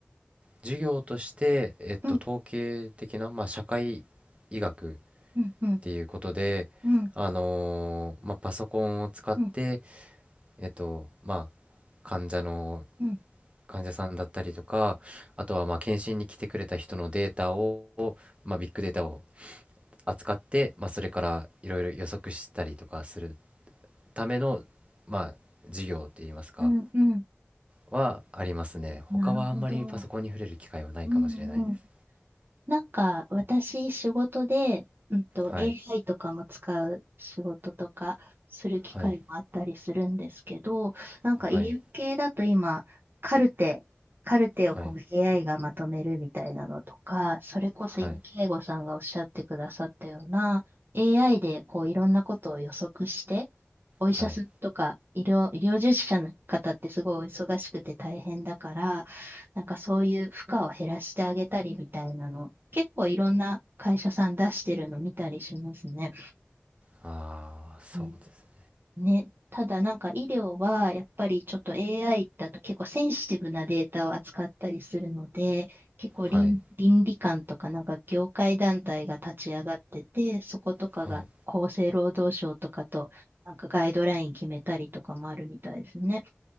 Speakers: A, on the right; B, on the right.
A: 授業として、えっと、
B: うん、
A: 統計的な、まあ、社会医学っ
B: うん、うん。
A: ていうことで、
B: うん
A: あのーまあ、パソコンを使って、
B: うん
A: えっと、まあ、患者の、
B: うん
A: 患者さんだったりとか、あとは、まあ、検診に来てくれた人のデータを、まあ、ビッグデータを扱って、まあ、それからいろいろ予測したりとかするための、まあ、授業って言いますか、
B: うんうん
A: はありますね。他はあんまりパソコンに触れる機会はないかもしれないです。
B: なるほど。うんうんなんか、私、仕事で、うんと、
A: はい、
B: AI とかも使う仕事とかする機会もあったりするんですけど、
A: はい、
B: なんか医療系だと今、
A: はい、
B: カルテ、カルテをこう
A: はい、
B: AI がまとめるみたいなのとか、それこそ今、
A: はい、
B: 慶吾さんがおっしゃってくださったような、AI でこういろんなことを予測して、お医者さんとか医療、
A: はい。
B: 医療従事者の方ってすごいお忙しくて大変だから、なんかそういう負荷を減らしてあげたりみたいなの結構いろんな会社さん出してるの見たりしますね。
A: ああ、そうです。
B: うんね。ただなんか医療はやっぱりちょっと AI だと結構センシティブなデータを扱ったりするので、結構倫、
A: はい、
B: 倫理観とかなんか業界団体が立ち上がってて、そことかが厚生労働省とかとなんかガイドライン決めたりとかもあるみたいですね。
A: はい。